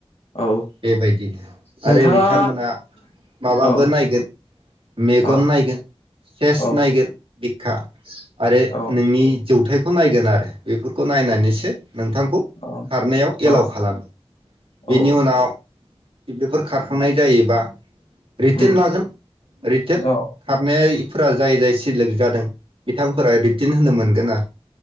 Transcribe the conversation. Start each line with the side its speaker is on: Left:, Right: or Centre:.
Left: औ
Right: बेबायदिनो
Left: नोंथाङा
Right: आरो बिथांमोना माबाबो
Left: औ
Right: नायगोन मेगन
Left: औ
Right: नायगोन सेस
Left: औ
Right: नायगोन बिखा आरो
Left: औ
Right: नोंनि जौथायाइखौ खौ नायगोन आरो बेफोरखौ नायनानैसो नोंथांखौ
Left: औ
Right: खारनायाव
Left: औ
Right: एलाव खालामो बेनि
Left: औ
Right: उनाव बेफोर खारखांनाय जायोबा रिटन
Left: उम
Right: लागोन रिटन
Left: औ
Right: खारनाया फोर जायै जायै सिलेक जादों। बिथांफोरा रिटिन होनो मोनगोन ना